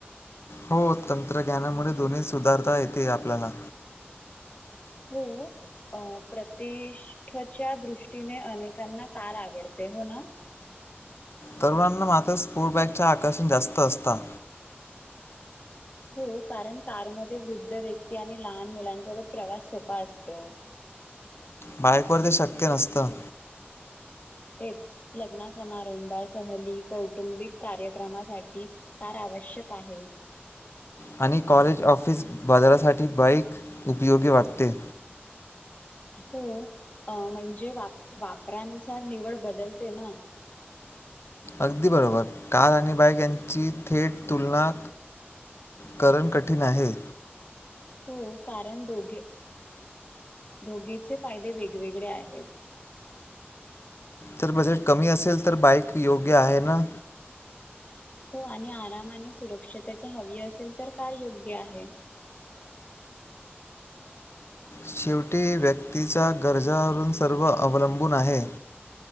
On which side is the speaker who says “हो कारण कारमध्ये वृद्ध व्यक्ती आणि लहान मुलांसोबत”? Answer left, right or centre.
Left